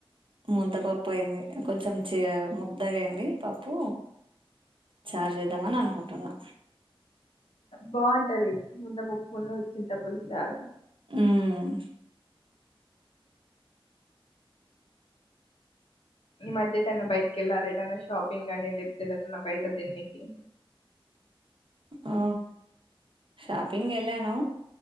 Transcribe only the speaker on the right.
ముద్ద పప్పు అయింది. కొంచెం చీ ముద్దగా అయింది పప్పు చారు చేద్దామని అనుకుంటున్నా
ఊమ్
ఆ షాపింగ్ ఎళ్ళాను